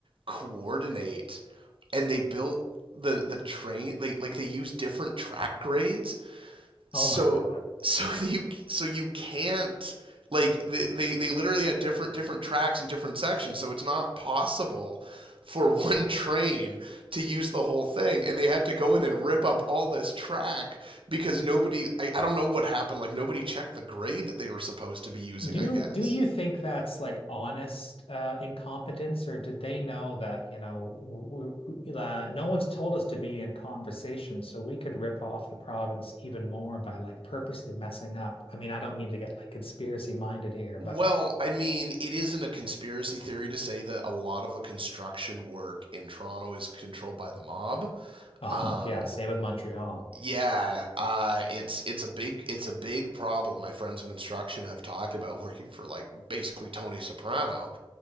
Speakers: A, on the right (about 70°); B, on the left (about 80°).
A: coordinate and they built the, the train, they, like, they used different track grades so
B: Oh my God.
A: so <laughs> you so you can't like they, they they literally had different different tracks and different sections so it's not possible for <laughs> one train to use the whole thing and they had to go in and rip up all this track because nobody I, I don't know what happened like nobody checked the grade that they were supposed to be using
B: Do
A: i guess
B: do you think that's like honest uh, incompetence, or did they know that, you know, w w uh, no one's told us to be in conversation, so we could rip off the province even more by like purposely messing up? I mean, I don't mean to get like conspiracy minded here,
A: well
B: but
A: i mean it isn't a conspiracy theory to say that a lot of the construction work in toronto is controlled by the mob
B: <laughs> oh
A: um
B: yeah, same with Montreal.
A: Yeah, uh, it's it's a big it's a big problem. My friends in construction have talked about working for like basically Tony Soprano.